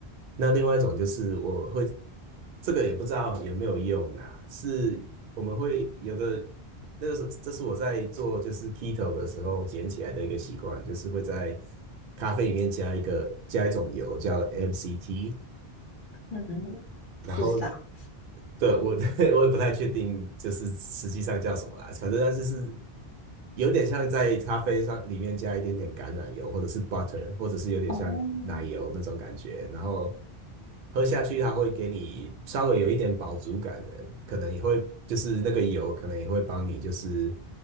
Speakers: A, on the right; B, on the left.
A: 那另外一种就是我会，这个也不知道有没有用啊，是我们会有的，那个是这是我在做就是 keto 的时候捡起来的一个习惯，就是会在咖啡里面加一个加一种油叫 MCT，
B: 嗯，
A: 然后
B: 不知道。
A: 对，我 <laughs> 我也不太确定，就是实际上叫什么啦。反正它就是有点像在咖啡上里面加一点点橄榄油，或者是 butter，或者是有点像奶油那种感觉。
B: 哦，
A: 然后喝下去，它会给你稍微有一点饱足感的，可能也会就是那个油，可能也会帮你，就是